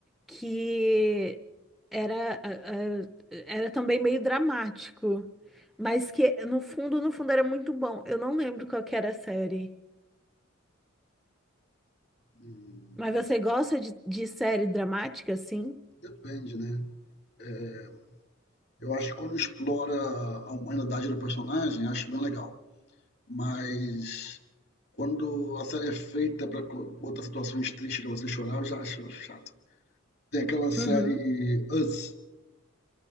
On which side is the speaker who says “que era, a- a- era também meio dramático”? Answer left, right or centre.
Centre